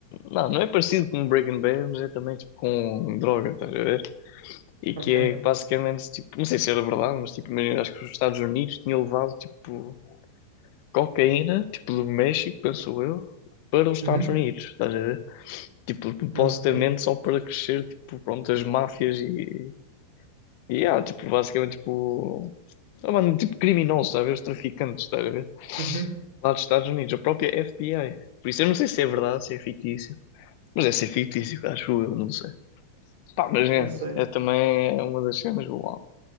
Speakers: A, on the left (about 45°); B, on the right (about 65°).
A: não, não é parecido com Breaking Bad, mas é também tipo com droga, estás a ver? E que
B: Ok.
A: é basicamente tipo. Não sei se era verdade, mas tipo, imagina, acho que os Estados Unidos tinham levado tipo. cocaína, tipo do México, penso eu, para os Estados
B: Uhum.
A: Unidos, estás a ver? Tipo, supostamente
B: Ok.
A: só para crescer, tipo, pronto, as máfias e, e ah, tipo, basicamente, tipo, ah, mano, tipo, criminosos, estás a ver? Os traficantes, estás a ver?
B: Uhum.
A: Lá dos Estados Unidos, a própria FBI. Por isso eu não sei se é verdade, se é fictício, mas é ser fictício, acho eu, não sei. Pá, mas
B: Não
A: é,
B: sei.
A: é também é uma das cenas, uau.